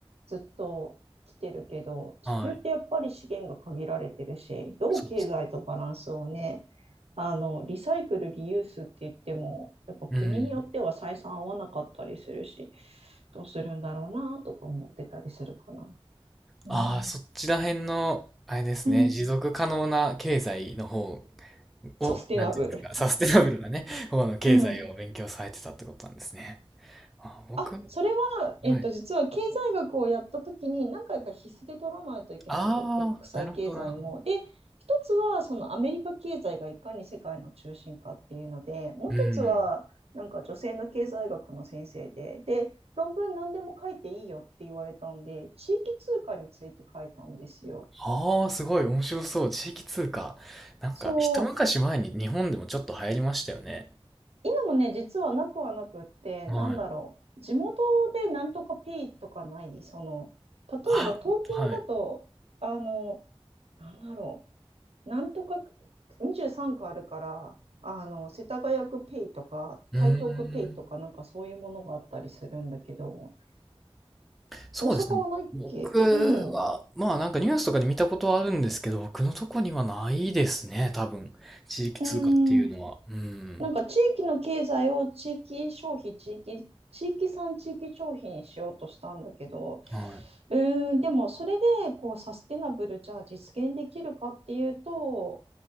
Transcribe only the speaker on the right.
ずっと来てるけど、地球ってやっぱり資源が限られてるし、
どう経済とバランスをね、
あの、リサイクル、リユースって言っても、やっぱ国によっては採算合わなかったりするし、
どうするんだろうなとか思ってたりするかな。うん、
うん
サスティナブル。
うん
あ、それは、えっと、
実は経済学をやったときに何回か必須で取らないといけなくって、
国際経済も。
で、一つはそのアメリカ経済がいかに世界の中心かっていうので、もう一つはなんか女性の経済学の先生で、
で、論文何でも書いていいよって言われたんで、地域通貨について書いたんですよ。
そう
今もね、実はなくはなくって、
なんだろう、地元でなんとかペイとかない、その、例えば東京だと、
あの、なんだろう、なんとか23区あるから、あの、世田谷区ペイとか、
台東区ペイとか、なんかそういうものがあったりするんだけど、
大阪はないっけうん。
う
ーん
なんか地域の経済を地域消費、地域、地域産地域消費にしようとしたんだけど、
うーん、でもそれでこうサステナブルじゃあ実現できるかっていうと、